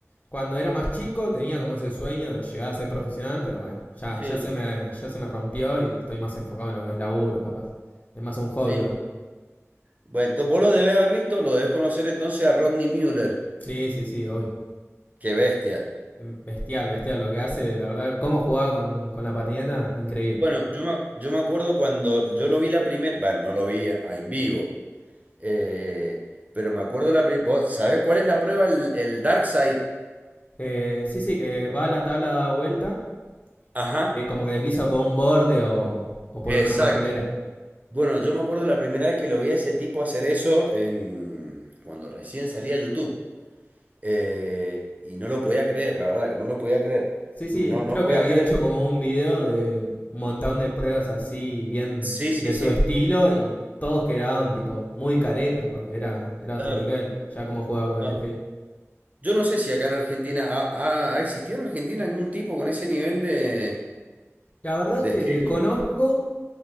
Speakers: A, on the left (about 30°); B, on the right (about 30°).
A: Cuando era más chico tenía como ese sueño de llegar a ser profesional, pero bueno, ya,
B: Sí,
A: ya, se me, ya se me rompió y estoy más enfocado en lo que es laburo, capaz. Es más un hobby
B: sí.
A: ahora.
B: Bueno, ento- vos lo debes haber visto, lo debes conocer entonces a Rodney Mueller.
A: Sí, sí, sí, obvio.
B: Qué bestia.
A: Bestial, bestial lo que hace, la verdad. Cómo jugaba con, con la patineta, increíble.
B: Bueno, yo me, yo me acuerdo cuando yo lo vi la primera, bueno, no lo vi a- en vivo, eh, pero me acuerdo la primera, ¿sabés cuál es la prueba? El, el Dark Side.
A: Eh, sí, sí, que va a la tabla da vuelta,
B: Ajá,
A: eh, como que desliza por un borde o, o por
B: exacto.
A: una manolera.
B: Bueno, yo me acuerdo la primera vez que lo vi a ese tipo hacer eso en, cuando recién salía YouTube. Eh, y no lo podía creer, la verdad, que no lo podía creer.
A: Sí, sí,
B: No, no
A: creo
B: podía
A: que había
B: creer
A: hecho
B: que...
A: como un video de un montón de pruebas así, bien
B: Sí, sí,
A: de su
B: sí,
A: estilo, y todos quedaron tipo muy caretas porque era, era
B: claro.
A: otro nivel, ya como jugaba con
B: No.
A: el skate.
B: Yo no sé si acá en Argentina, ¿ha, ha- ha existido en Argentina algún tipo con ese nivel de,
A: La verdad
B: de
A: que
B: esquema?
A: desconozco,